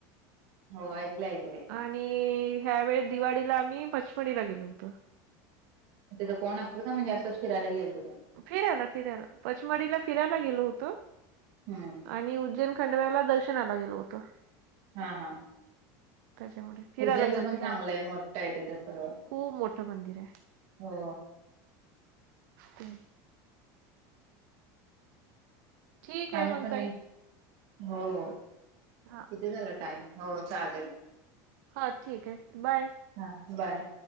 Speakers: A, on the right; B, on the right.
A: हो ऐकले ऐकले.
B: आणि ह्यावेेळी दिवाळीला आम्ही पचमणीला गेलो होतो.
A: तिथं कोण असतो का म्हणजे असंच फिरायला गेल त
B: फिरायला फिरायला पंचमढला फिरायला गेलो होतो.
A: हम्म
B: आणि उज्जैन खंडव्याला दर्शनाला गेलं होतं.
A: हा हा
B: त्याच्यामुळे फिरायला
A: उजनच
B: गेलतो
A: पण
B: ह्या
A: चांगलं आहे मोठ आहे तिथं स
B: खूप मोठं मंदिर
A: हो
B: हम् ठीक आहे
A: आम्ही
B: मग
A: पण
B: ताई
A: हो हो किती
B: हा
A: झालं टाइम हो चालेल
B: हां ठीक आहे बाय
A: हा बाय